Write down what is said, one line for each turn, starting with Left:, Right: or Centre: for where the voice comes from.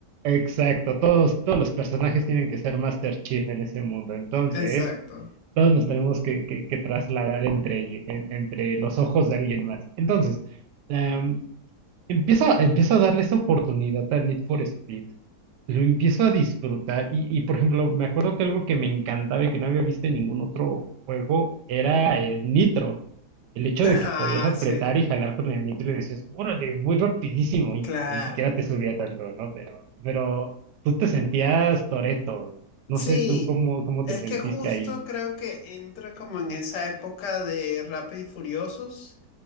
Right: Exacto, todos, todos los personajes tienen que ser Master Chief en ese mundo. Entonces,
Left: Exacto.
Right: todos nos tenemos que, que- que trasladar entre, ell- en- entre los ojos de alguien más. Entonces, em, empiezo, empiezo a darle esa oportunidad a Need for Speed. lo empiezo a disfrutar y, y, por ejemplo, me acuerdo que algo que me encantaba y que no había visto en ningún otro juego era el nitro. El hecho
Left: Ajá,
Right: de que podías apretar
Left: sí,
Right: y jalar con el nitro y decías, órale, muy rapidísimo y
Left: claro.
Right: ni siquiera te subía tanto, ¿no? Pero, pero tú te sentías Toreto. No
Left: Sí,
Right: sé tú cómo, cómo
Left: es
Right: te sentiste
Left: que justo
Right: ahí.
Left: creo que entra como en esa época de Rápido y Furiosos.